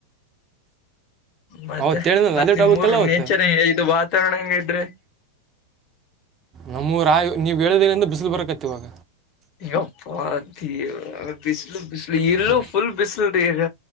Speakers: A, on the left; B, on the right.
A: ಮತ್ತೆ
B: ಅವತ್ತು ಹೇಳಿದ್ನಲ್ಲ
A: ಮತ್ತ್
B: ಅದೇ
A: ನಿಮ್
B: ಟಾಪಿಕ್
A: ಊರು
B: ಎಲ್ಲ ಅವತ್ತು
A: ನೇಚರ್ ಇದು ವಾತಾವರಣ ಹೆಂಗ್ ಅಯ್ತ್ರಿ
B: ನಮ್ಮೂರ ನೀವ್ ಹೇಳೋದ್ರಿಂದ ಬಿಸಿಲು ಬರಕತಿ ಇವಾಗ
A: ಯಪ್ಪಾ ಅಯ್ಯೋ ಬಿಸಿಲು ಬಿಸಿಲು ಇಲ್ಲೂ
B: ಬ
A: ಫುಲ್ ಬಿಸಿಲು ರೀ ಈಗ